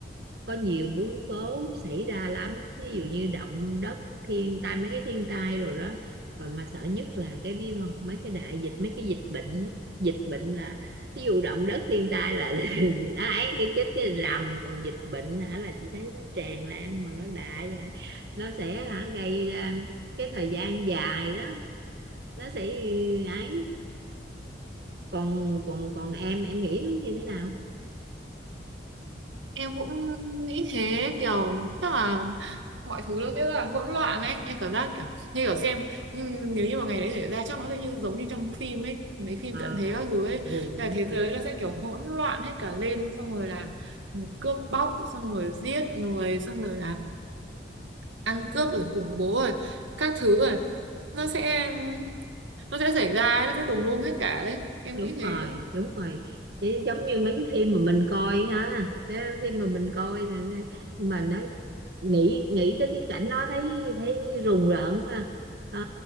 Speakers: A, on the right; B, on the right.
A: có nhiều biến cố xảy ra lắm ví dụ như động đất thiên tai mấy cái thiên tai rồi đó mà mà sợ nhất là cái biết không mấy cái đại dịch mấy cái dịch bệnh á. dịch bệnh là ví dụ động đất thiên tai là <laughs> ấy cái chết cái rầm còn dịch bệnh hả là chị thấy nó tràn lan mà nó đại vậy nó sẽ hả gây ra cái thời gian dài đó nó sẽ ấy còn còn còn em em nghĩ nó như thế nào
B: em cũng nghĩ thế kiểu chắc là mọi thứ nó sẽ rất là hỗn loạn ấy em cảm giác kiểu như kiểu xem nhưng nếu như mà ngày đấy xảy ra chắc nó sẽ như giống như trong phim ấy mấy phim
A: ờ
B: tận thế các thứ ấy
A: ừ,
B: là
A: đúng
B: thế
A: rồi
B: giới nó sẽ kiểu hỗn loạn hết cả lên xong rồi là cướp bóc xong rồi giết người xong rồi là ăn cướp rồi khủng bố rồi các thứ rồi nó sẽ nó sẽ xảy ra ấy, nó sẽ tùm lum hết cả đấy em
A: đúng
B: nghĩ thế
A: rồi đúng rồi Chứ giống như mấy cái phim mà mình coi ha mấy cái phim mà mình coi là- nhưng mà đấy nghĩ nghĩ tới cái cảnh đó thấy thấy rùng rợn quá ha Ờ,